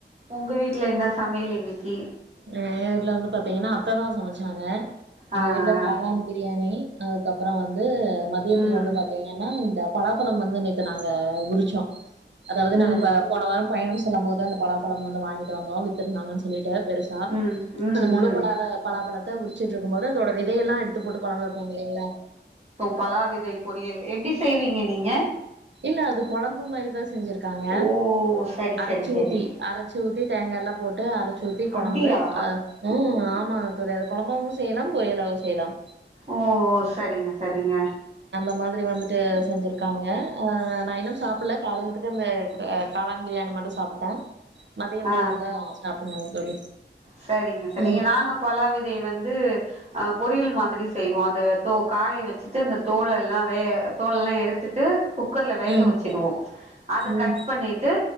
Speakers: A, on the right; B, on the right.
A: உங்க வீட்ல என்ன சமையல் இன்னைக்கு
B: அ எங்க வீட்ல வந்து பாத்தீங்கன்னா அத்த தா சமச்சாங்க
A: ஆ
B: எங்க வீட்ல
A: ஆ
B: காளான் பிரியாணி அதுக்கப்புறோம் வந்து மதியத்துக்கு
A: ம்
B: வந்து பாத்தீங்க ஏன்னா இந்த பலாப்பழம் வந்து நேத்து நாங்க உரிச்சோ அதாவது
A: ம்
B: நாங்க ப போன வாரம் பயணம் செல்லும் போதான் அந்த பலாப்பழம் வந்து வாங்கிட்டு வந்தோம் வித்திருந்தாங்கன்னு சொல்லிட்டு பெருசா
A: ம் ம்
B: அந்த முழு
A: ம்
B: கொளால பலா பழத்தை உரிச்சிட்டு இருக்கும்போது அதோட விதையெல்லாம் எடுத்து போட்டு குழம்பு வைப்போ இல்லைங்ளா
A: பலாவிதை பொறியல் எப்டி செய்வீங்க நீங்க
B: இல்ல அது குழம்பு மாரிதா செஞ்சிருக்காங்க
A: ஓ சரி
B: அரச்சு
A: சரி சரி
B: ஊத்தி அரச்சு ஊத்தி தேங்கா எல்லாம் போட்டு அரச்சு ஊத்தி குழம்பு
A: அப்டியா
B: உம் ஆமா ஒரு கொழம்பாவும் செய்லாம் பொரியலாவும் செய்லாம்
A: ஓ சரிங்க சரிங்க
B: அது மாதிரி வந்துட்டு செஞ்சுருக்காங்க நா இன்னும் சாப்ட்ல காலையிலத்துட்டு அந்த காளான் பிரியாணி மட்டும் சாப்டுன் மதியம் நேரோதான்
A: ஆ
B: சாப்டணும் தோழி
A: சரிங்க சரிங்க
B: ம்
A: நாங்க பலாவிதைய வந்து பொரியல் மாதிரி செய்வோம் அந்த தோ காய வச்சுட்டு அந்த தோல எல்லாம் வே தோலெல்லாம் எடுத்துட்டு குக்கர்ல வேக
B: ம்
A: வச்சுடுவோம் அத
B: ம்
A: கட் பண்ணி டு